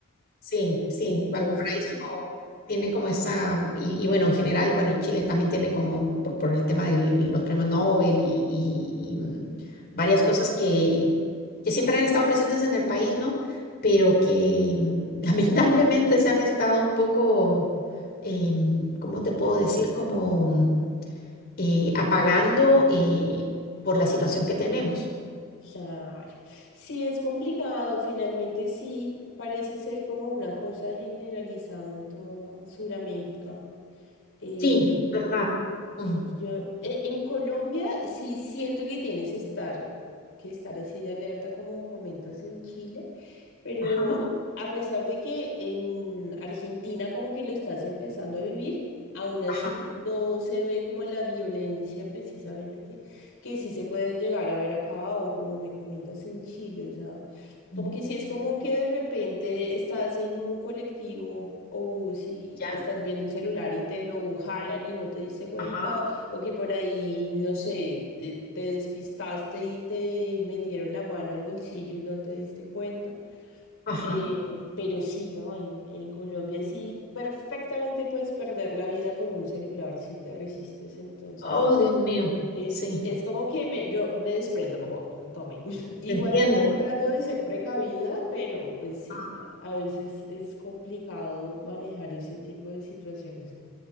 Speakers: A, on the left; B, on the left.
A: Sí, sí,
B: Entonces,
A: Valparaíso tiene como esa, mm, y, y bueno, en general, bueno, Chile también tiene como por, por el tema de los premios Nobel y, y- y, mm, varias cosas que, que siempre han estado presentes en el país, ¿no? Pero que mm, <laughs> lamentablemente se han estado un poco, eh, mm, ¿cómo te puedo decir? Como mm, eh, apagando eh, por la situación que tenemos.
B: claro, sí es complicado, finalmente sí parece ser como una cosa generalizada en toda Sudamérica. Eh,
A: Sí, es verdad.
B: sí,
A: Mm,
B: yo, eh, en Colombia sí siento que tienes que estar, que estar así de alerta como comentas en Chile. Pero
A: Ajá,
B: a pesar de que en Argentina como que lo estás empezando a vivir, aún así
A: ajá.
B: no se ve como la violencia precisamente que, que sí se puede llegar a ver acá o como me comentas en Chile. O sea, como
A: Mm.
B: que sí es común que de repente estás en un colectivo o si
A: ¿Ya?
B: estás viendo el celular y te lo jalan y no te diste cuenta
A: Ajá,
B: o, o que por ahí, no sé, eh, te despistaste y te metieron la mano al bolsillo y no te diste cuenta.
A: ajá.
B: Eh, pero sí, ¿no? En, en Colombia sí perfectamente puedes perder la vida por un celular si te resistes. Entonces,
A: Oh, Dios mío,
B: es,
A: sí,
B: es como que me, yo me desprendo, como tome. <laughs> Igual
A: te entiendo.
B: también trato de ser precavida, pero pues sí,
A: Ah,
B: a a veces es complicado manejar ese tipo de situaciones.